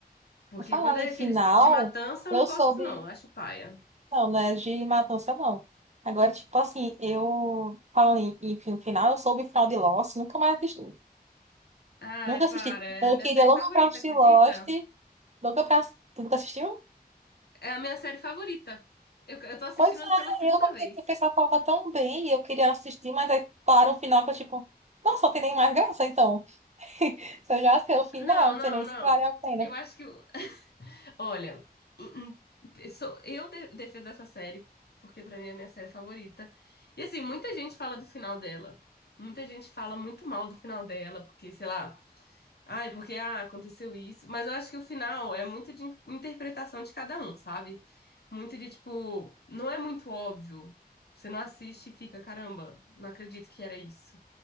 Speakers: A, on the left; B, on the right.
A: Porque
B: Falando
A: quando é
B: em
A: aqueles
B: final,
A: de matança,
B: eu
A: eu não gosto,
B: soube.
A: não. Acho paia.
B: Não, não é de matança, não. Agora, tipo assim, eu. Falando em, em fim- final, eu soube o final de Lost, nunca mais assisti.
A: Ai,
B: Nunca assisti.
A: para. É
B: Eu
A: a minha
B: queria
A: série
B: logo
A: favorita,
B: comprar o
A: acredita?
B: Lost Nunca, pra- nunca assistiu?
A: É a minha série favorita. Eu, eu tô assistindo
B: Pois
A: ela pela segunda
B: é, eu que
A: vez.
B: o pessoal falava tão bem e eu queria assistir, mas aí para o final que eu tipo, nossa, não tem nem mais graça então. <laughs> Se eu já sei o final,
A: Não,
B: não
A: não,
B: sei nem se
A: não.
B: vale a pena.
A: Eu acho que. o- Olha, em- em- sou- eu de- defendo essa série, porque pra mim é a minha série favorita. E assim, muita gente fala do final dela. Muita gente fala muito mal do final dela, porque, sei lá, ai, porque ah, aconteceu isso. Mas eu acho que o final é muito de interpretação de cada um, sabe? Muito de tipo, não é muito óbvio. Você não assiste e fica, caramba, não acredito que era isso.